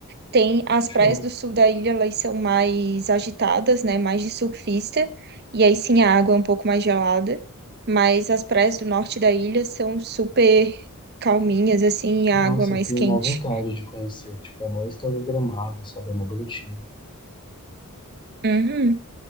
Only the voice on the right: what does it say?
Tem as
praias do sul da ilha, elas são mais agitadas, né? Mais de surfista. E aí sim a água é um pouco mais gelada. Mas as praias do norte da ilha são super calminhas, assim, e a
água é mais
quente.
Uhum.